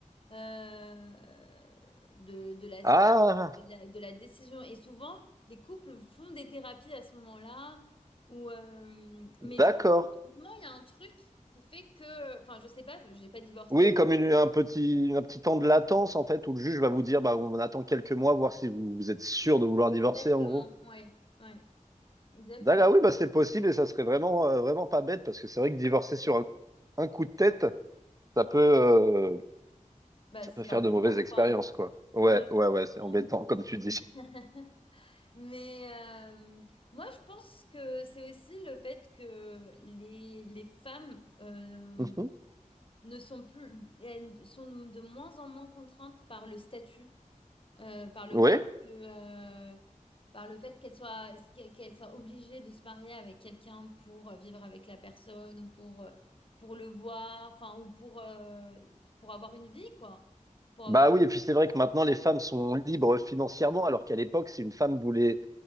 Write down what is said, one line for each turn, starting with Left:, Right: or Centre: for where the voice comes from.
Left: euh, de, de la,
Right: Ah,
Left: de la, de la décision. Et souvent, les couples font des thérapies à ce moment-là. Ou, euh, mais
Right: d'accord.
Left: je crois que typiquement, il y a un truc qui fait que... Enfin, je sais pas, je n'ai pas divorcé.
Right: Oui, comme une- un petit, un petit temps de latence, en fait, où le juge va vous dire, bah, on attend quelques mois, voir si vous, vous êtes sûr de vouloir divorcer,
Left: Exactement,
Right: en gros.
Left: ouais, ouais, exactement.
Right: D'accord, ah oui, bah, c'est possible et ça serait vraiment, euh, vraiment pas bête parce que c'est vrai que divorcer sur un, un coup de tête, ça peut, euh,
Left: Bah,
Right: ça
Left: c'est
Right: peut faire
Left: embêtant,
Right: de mauvaises expériences,
Left: quoi.
Right: quoi. Ouais,
Left: Ouais.
Right: ouais, ouais, c'est
Left: c'est
Right: embêtant,
Left: embêtant. <laughs>
Right: comme tu dis.
Left: Mais euh, moi, je pense que c'est aussi le fait que les, les femmes euh,
Right: Mhm.
Left: ne sont plus, elles sont de moins en moins contraintes par le statut, euh, par le
Right: Oui.
Left: fait que, euh, par le fait qu'elles soient, qu'elles soient obligées de se marier avec quelqu'un pour euh, vivre avec la personne ou pour, euh, pour le voir, enfin, ou pour, euh, pour avoir une vie, quoi. Pour
Right: Bah
Left: avoir
Right: oui, et puis c'est vrai que maintenant, les femmes sont libres financièrement, alors qu'à l'époque, si une femme voulait